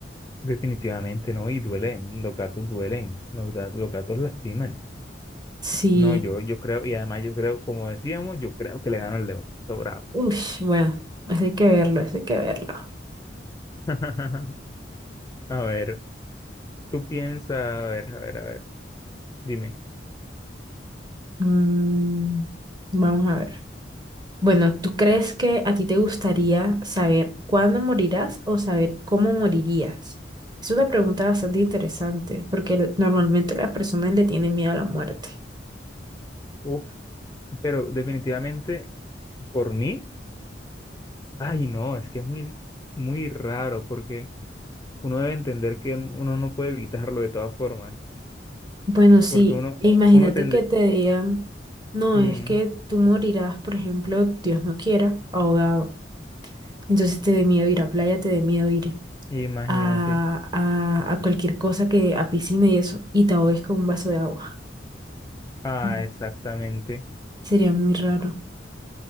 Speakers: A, on the left; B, on the right.
A: Definitivamente no, y duelen, los gatos duelen, los gatos, los gatos lastiman.
B: Sí,
A: No, yo, yo creo, y además yo creo, como decíamos, yo creo que le gano al león, sobrado.
B: uy, bueno, eso hay que verlo, eso hay que verlo.
A: <laughs> A ver, tú piensas, a ver, a ver, a ver, dime.
B: Mm, vamos a ver. Bueno, ¿tú crees que a ti te gustaría saber cuándo morirás o saber cómo morirías? Es una pregunta bastante interesante porque normalmente las personas le tienen miedo a la muerte.
A: Uf, pero definitivamente por mí, ay no, es que es muy, muy raro porque uno debe entender que uno no puede evitarlo de todas formas.
B: Bueno, sí,
A: porque uno,
B: e imagínate
A: uno tende,
B: que te digan, no,
A: mm,
B: es que tú morirás, por ejemplo, Dios no quiera, ahogado. Entonces te dé miedo ir a playa, te dé miedo ir
A: imagínate,
B: a, a, a cualquier cosa que, a piscina y eso, y te ahogues con un vaso de agua.
A: ah,
B: Mm.
A: exactamente.
B: Sería muy raro.